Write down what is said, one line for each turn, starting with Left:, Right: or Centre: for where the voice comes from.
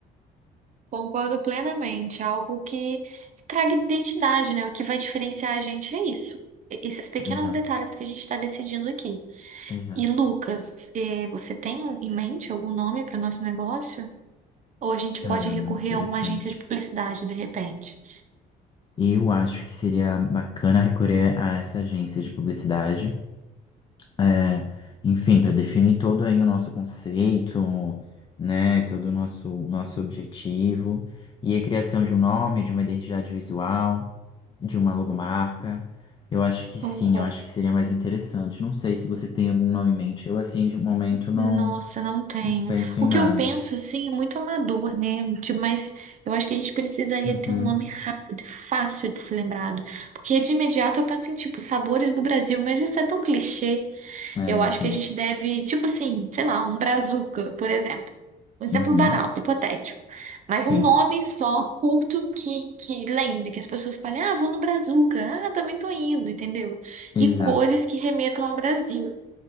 Right: Concordo plenamente. Algo que traga identidade, né? O que vai diferenciar a gente é isso. E- Esses pequenos
Left: Exato,
Right: detalhes que a gente está decidindo aqui.
Left: exato.
Right: E Lucas, eh, você tem um, em mente algum nome para o nosso negócio? Ou a gente
Left: Caramba,
Right: pode recorrer
Left: interessante.
Right: a uma agência de publicidade de repente?
Left: Eu acho que seria bacana recorrer a essa agência de publicidade É, enfim, para definir todo aí o nosso conceito, né, todo o nosso, nosso objetivo, e a criação de um nome, de uma identidade visual, de uma logomarca, eu acho que
Right: Concordo.
Left: sim, eu acho que seria mais interessante. Não sei se você tem algum nome em mente, eu assim, de momento, não
Right: Nossa, não tenho.
Left: penso
Right: O
Left: em
Right: que
Left: nada.
Right: eu penso, assim, é muito amador, né? Tipo, mas eu acho que a gente precisaria
Left: Uhum.
Right: ter um nome rápido e fácil de ser lembrado. Porque de imediato eu penso em, tipo, sabores do Brasil, mas isso é tão clichê.
Left: É,
Right: Eu
Left: então,
Right: acho que a gente deve, tipo assim, sei lá, um brazuca, por exemplo. Um exemplo
Left: uhum.
Right: banal, hipotético. Mas
Left: Sim,
Right: um nome só, curto, que, que lembre, que as pessoas falem, ah, vou no brazuca, ah, também tô indo, entendeu?
Left: exato.
Right: E cores que remetam ao Brasil.